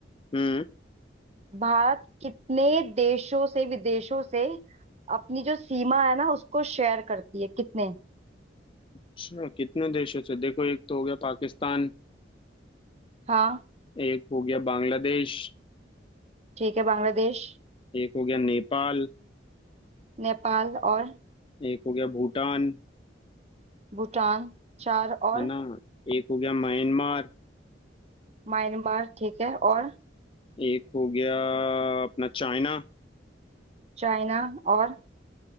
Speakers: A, on the left; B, on the right.
A: हम्म
B: भारत कितने देशों से विदेशों से अपनी जो सीमा है ना उसको शेयर करती है कितने
A: अच्छा कितने देशों से देखो एक तो हो गया पाकिस्तान
B: हाँ
A: एक हो गया बांग्लादेश
B: ठीक है बांग्लादेश
A: एक हो गया नेपाल
B: नेपाल और
A: एक हो गया भूटान
B: भूटान चार और
A: है ना एक हो गया म्यांमार
B: म्यांमार ठीक है और
A: एक हो गया अपना चाइना
B: चाइना और